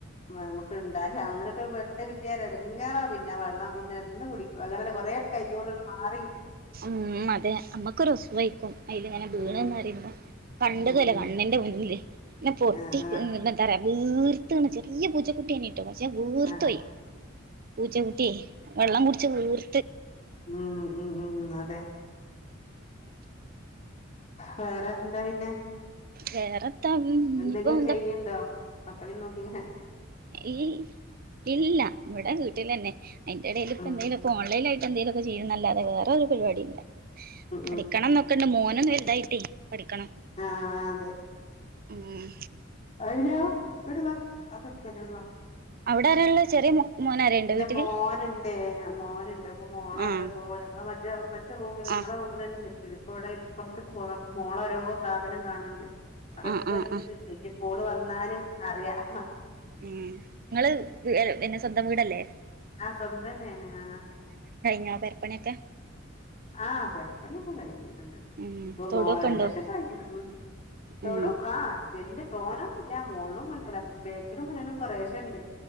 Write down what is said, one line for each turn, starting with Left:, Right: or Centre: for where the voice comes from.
Left: നമുക്ക് ഉണ്ടായി അങ്ങനെ വെട്ട് കിട്ടിയാ എര്ടെങ്ങാറാ പിന്നെ ആ വെള്ളം പിന്നെ എന്ന് കുടിക്ക കൊറേ കയ്യോളും മാറി
Right: മ്മ് അതെ അമ്മക്കൊരൊസ് വേക്കും അയ്ൽ ങ്ങനെ വീണ്ന്ന്
Left: ഉം
Right: പറിമ്പോ കണ്ടതല്ലേ
Left: ഉം
Right: കണ്ണിന്റെ മുന്നില് ന്നെ പൊട്ടി
Left: ആഹ് ആഹ്
Right: എന്താ പറയ വീർത്ത് ചെറിയ പൂച്ചക്കുട്ടി ഏനി പക്ഷെ വീർത്തോയി
Left: ആഹ്
Right: പൂച്ചകുട്ടേ വെള്ളം കുടിച്ച് വീർ
Left: മ്മ് മ്മ് മ് അതെ വേറെ ന്താ പിന്നെ
Right: വേറെത്താ ഇനിയിപ്പോ
Left: എന്തെങ്കിലും
Right: എന്താ
Left: ചെയ്യ്ണ്ടോ മക്കളിം നോക്കിങ്ങനെ
Right: ഈ ഇല്ല വടെ വീട്ടിലന്നെ അയ്ൻ്റെടേൽ ഇപ്പന്തേലൊക്കെ
Left: ഉം
Right: ഓൺലൈൻ ആയി എന്തേലൊക്കെ ചെയ്യുന്നല്ലാതെ വേറെ ഒരു പരിപാടില്ല
Left: ഉം
Right: പഠിക്കണംന്നൊക്കെണ്ട്
Left: ഉം
Right: മോനൊന്ന് വല്തായിട്ടേ പഠിക്കണം
Left: ആ അതെ
Right: ഉം
Left: റിനോ ങ്ങട്ട് വാ അതൊന്നുട്ക്കല്ലേ ങ്ങട്ട് വാ
Right: അവിടാരാള്ളേ ചെറേ മോനാരേണ്ടോ
Left: ന്റെ
Right: മോ വീട്ടില്
Left: മോനുണ്ട് മോനുണ്ട് അപ്പോ മോളെ
Right: ആഹ്
Left: ന്തോക്കോ ഞങ്ങള് മറ്റേ മറ്റേ റൂമില് ഞങ്ങള
Right: ആഹ്
Left: റൂമിലന്നെ നിക്കൽ പ്പോ ഇപ്പൊറ്ത്തേക്ക് പോന്നപ്പോ മോളെ ഓരോ സാധനം കാണ്ണ്ട് അതൊക്കെട്ക്ക്ണ്ട്
Right: ആഹ് ആഹ് ആഹ്
Left: ഇഞ്ഞിപ്പോ ഓള് വന്നാൽ അറിയാം
Right: എം ങ്ങള് പിന്നെ സ്വന്തം വീടല്ലേ
Left: ആഹ് സ്വന്തന്നേണ് ആഹ്
Right: പെരപ്പണണ്യൊക്കെ
Left: ആഹ് പെരിപ്പണ്യൊക്കെ കഴിഞ്ഞ്ട്ടുണ്ട്
Right: ഉം
Left: ഇപ്പം
Right: തൊടുവൊക്കെ
Left: ഏകദേശം
Right: ഉണ്ടോ
Left: കഴിഞ്ഞ്ണ് തൊടുക്കെ
Right: ഉം
Left: ആ വെല്ല്യ തോനൊന്നുല്ല മോള്ലും മുന്നി അല്ല ബേക്കിലും മുന്നിലും കൊറേശെണ്ട്